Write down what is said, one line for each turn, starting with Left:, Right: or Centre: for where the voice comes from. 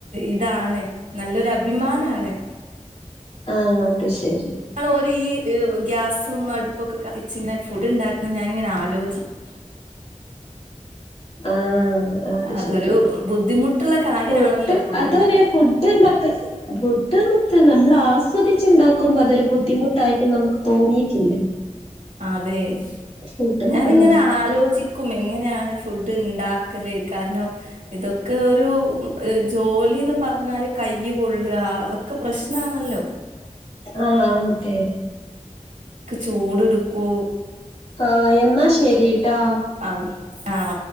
Right: ഇതാണ് നല്ലൊരു അഭിമാനാണ്.
Left: ആഹ് അത് ശെരി
Right: ള് ഓരി ഗ്യാസും അടുപ്പുംക്കെ കത്തിച്ച്ങ്ങനെ ഫുഡ്ണ്ടാക്കുന്ന ഞാനിങ്ങനെ ആലോചിക്ക.
Left: ആഹ് അത്
Right: അതൊരു
Left: ശെരി
Right: ബുദ്ധിമുട്ടുള്ള കാര്യമാണല്ലോ
Left: ഫുഡ് അതൊര്
Right: ഉണ്ടാക്കല്.
Left: ഫു ഡ്ഡു ണ്ടാക്ക ഫുഡ്ഡ്ണ്ടാക്ക നമ്മൾ ആസ്വദിച്ചുണ്ടാക്കുമ്പോ അതൊരു ബുദ്ധിമുട്ടായിട്ട് നമുക്ക്. തോന്നീട്ടില്ല.
Right: അതെ
Left: ഫുഡ്
Right: ഞാനിങ്ങനെ
Left: ആ
Right: ആലോചി ക്കും എങ്ങനെയാണ് ഫുഡ് ണ്ടാക്കല് കാരണം. ഇതൊക്കെ ഒരു ജോലിന്ന് പറഞ്ഞാല് കൈ പൊള്ളാ അതൊക്കെ പ്രശ്നാണല്ലോ.
Left: ആഹ് അതെ.
Right: ചൂടട്ക്കൂ.
Left: ആഹ് എന്നാ ശെരിട്ടാ.
Right: ആ ആ